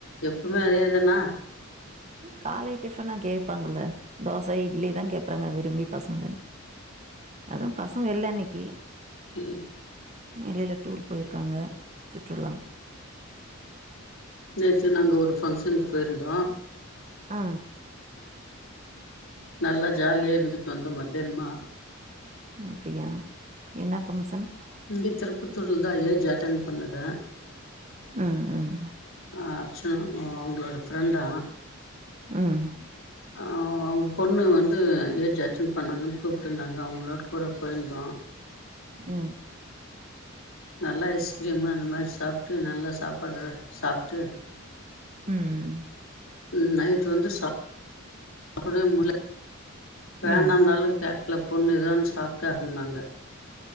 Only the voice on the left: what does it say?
எப்பமே அதே தானா
ம்
நேத்து நாங்க ஒரு ஃபங்க்ஷனுக் போய்ருந்தோ
நல்லா ஜாலியா இர்ந்துட் வந்தோ மத்யான்மா
இங்க திருப்பத்தூர்லதா ஏஜ் அட்டன் பண்ணது
ஆ ஆக்சுல் அ அவுங்களோட ஃப்ரெண்டா
ஆ ஒ அவுங்க பொண்ணு வந்து ஏஜ் அட்டன் பண்ணாங்கன் கூப்ட்ருந்தாங்க அவுங்களோட கூட போயிர்ந்தோ
நல்லா ஐஸ்கிரீமு அந்த மாரி சாப்ட்டு நல்லா சாப்பாடெல்லா சாப்ட்டு
ம் நைட் வந்து சாப்படவே முல்ல வேண்டானாலு
கே க்ல பொண்ணு தா சாப்ட்டே ஆகனுன்னாங்க